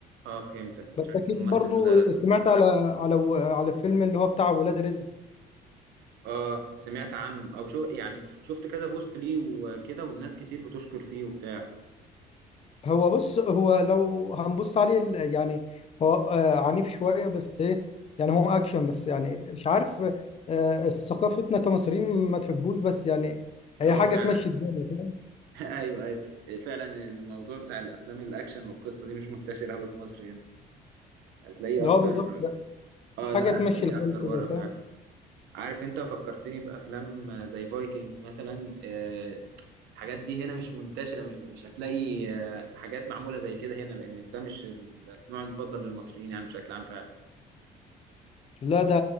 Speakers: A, on the right (about 80°); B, on the left (about 35°).
A: اه فهمتك
B: بس
A: شكل
B: اكيد
A: الممثل
B: برضو سمعت على على على فيلم اللي هو بتاع ولاد رزق
A: اه سمعت عنه او شو يعني شفت كذا بوست ليه وكده والناس كتير بتشكر فيه وبتاع
B: هو بص هو لو هنبص عليه ال- يعني هو آه، عنيف شوية بس ايه يعني هو اكشن بس يعني مش عارف آه، ثقافتنا كمصريين ما تحبوش بس يعني هي
A: اه
B: حاجة
A: فعلا
B: تمشي الدنيا فاهم
A: <laughs> ايوه ايوه فعلا الموضوع بتاع الافلام الاكشن والقصه دي مش منتشر قوي في مصر هنا هتلاقيه اكتر
B: اه بالظبط لا،
A: اه
B: حاجة
A: لا
B: تمشي
A: هتلاقيه
B: الحال
A: اكتر
B: كده
A: بره فعلا
B: فاهم
A: عارف انت فكرتني بافلام زي فايكنجز مثلا آه، الحاجات دي هنا مش منتشره مش مش هتلاقي آه، حاجات معموله زي كده هنا لان ده مش النوع المفضل للمصريين يعني بشكل عام فعلا
B: لا ده